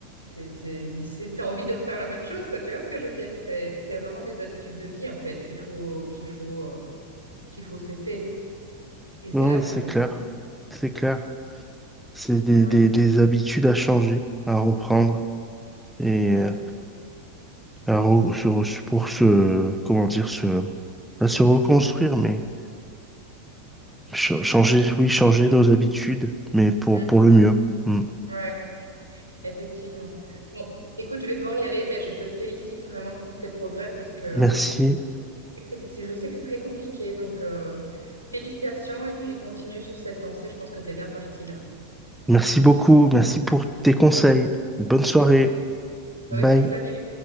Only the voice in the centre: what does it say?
Non,
c'est
clair, c'est clair. C'est des,
des, des habitudes à changer, à reprendre et
euh, à re- se re- pour se, comment dire, se, pas se reconstruire, mais ch- changer, oui, changer nos habitudes, mais pour,
pour le mieux. Mm.
Merci.
Merci beaucoup. Merci pour tes conseils. Bonne soirée.
Bye.